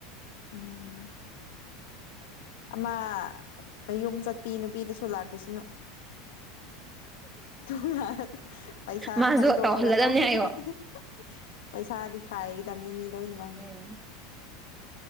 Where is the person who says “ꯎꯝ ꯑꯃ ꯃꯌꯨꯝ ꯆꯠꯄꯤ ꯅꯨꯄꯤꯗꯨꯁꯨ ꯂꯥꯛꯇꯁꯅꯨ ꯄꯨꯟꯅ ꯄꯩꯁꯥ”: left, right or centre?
Left